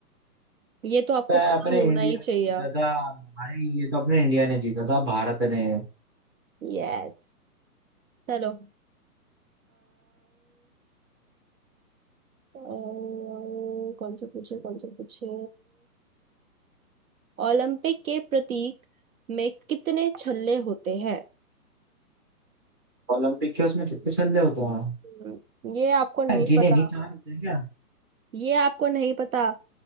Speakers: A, on the right; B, on the right.
A: ये तो आपको
B: मैं
A: पता
B: अपने
A: होना
B: इंडिया
A: ही चाहिए
B: ने जीता था भाई ये तो अपने इंडिया ने जीता था भारत ने
A: यस चलो और कौन सा पूछे कौन सा पूछे ओलंपिक के प्रतीक में कितने छल्ले होते हैं
B: ओलंपिक के उसमें कितने संदेह होते हैं
A: हम्म, ये आपको नहीं
B: यार, गिने
A: पता
B: नहीं चार होते हैं क्या
A: ये आपको नहीं पता